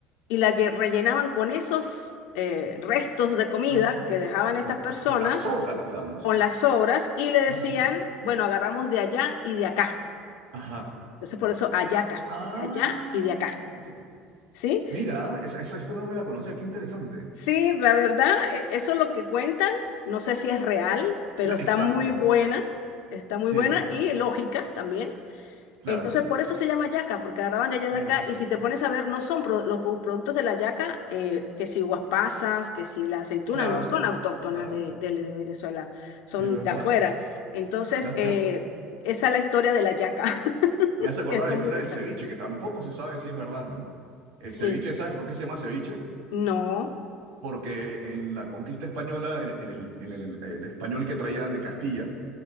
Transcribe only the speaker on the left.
y la lle- rellenaban con esos eh, restos de comida
que dejaban estas
personas
con las obras y le decían,
bueno, agarramos de allá y de acá.
Entonces por eso ayaca,
de allá y de acá.
¿Sí?
Sí, la verdad, e- eso es lo que cuentan. No sé si es real, pero
está
muy buena, está muy
buena y lógica también.
Entonces, por eso se llama yaca, porque agarraban de allá
de acá. Y si te pones a ver, no son pro- los pro- productos de la yaca, eh, que si guaspasas, que si la aceituna,
no son autóctonas
de, de- de Venezuela, son
de afuera. Entonces,
eh,
esa es la historia de la yaca, <laughs>
que son
muy ricas.
Sí.
No,